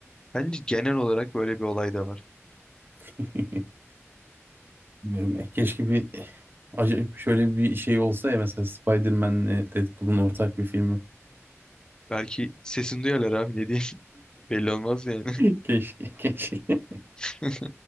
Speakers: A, on the left (about 15°); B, on the right (about 45°).
A: bence genel olarak böyle bir olay da var.
B: <laughs> Bilmiyorum ya. Keşke bir acayip şöyle bir şey olsa ya mesela Spider-Man'le Deadpool'un ortak bir filmi.
A: Belki sesini duyarlar abi ne diyeyim <laughs> belli olmaz yani.
B: <laughs> Keşke, keşke.
A: <laughs>